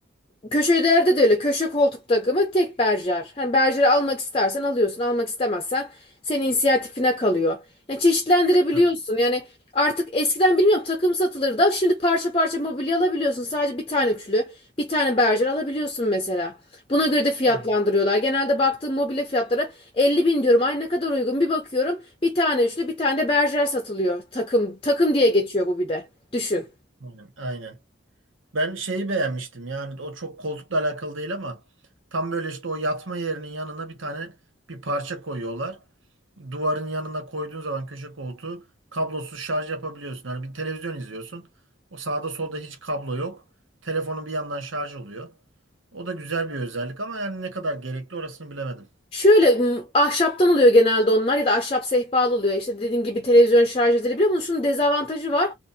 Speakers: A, on the left (about 25°); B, on the right (about 80°).
A: Köşelerde de öyle. Köşe koltuk takımı tek berjer. Hani berjeri almak istersen alıyorsun. Almak istemezsen senin inisiyatifine kalıyor. Yani çeşitlendirebiliyorsun.
B: Aynen.
A: Yani artık eskiden bilmiyorum takım satılırdı. da Şimdi parça parça mobilya alabiliyorsun. Sadece bir tane üçlü, bir tane berjer alabiliyorsun mesela. Buna göre de fiyatlandırıyorlar.
B: Aynen.
A: Genelde baktığım mobilya fiyatları 50 bin diyorum. Ay ne kadar uygun. Bir bakıyorum bir tane üçlü, bir tane de berjer satılıyor. Takım takım diye geçiyor bu bir de. Düşün.
B: Aynen. Aynen. Ben şeyi beğenmiştim yani o çok koltukla alakalı değil ama tam böyle işte o yatma yerinin yanına bir tane bir parça koyuyorlar. Duvarın yanına koyduğun zaman köşe koltuğu kablosuz şarj yapabiliyorsun. Hani bir televizyon izliyorsun. O sağda solda hiç kablo yok. Telefonun bir yandan şarj oluyor. O da güzel bir özellik ama yani ne kadar gerekli orasını bilemedim.
A: Şöyle m, ahşaptan oluyor genelde onlar ya da ahşap sehpalı oluyor. İşte dediğim gibi televizyon şarj edilebiliyor ama şunun dezavantajı var.